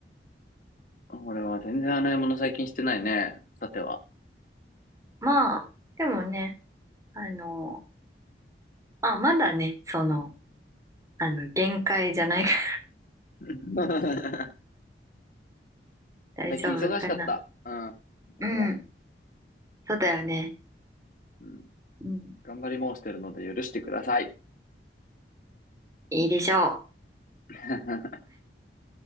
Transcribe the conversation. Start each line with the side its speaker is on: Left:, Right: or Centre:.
Left: 俺は全然洗い物最近してないね。さては。
Right: まあでもねあのまあまだねそのあの限界じゃないから
Left: <laughs>
Right: <laughs> 大丈夫かな
Left: 最近忙しかった。うん。
Right: うん
Left: 俺は。
Right: そうだよね
Left: うん。
Right: うん
Left: 頑張り申してるので許してください。
Right: いいでしょ
Left: <laughs>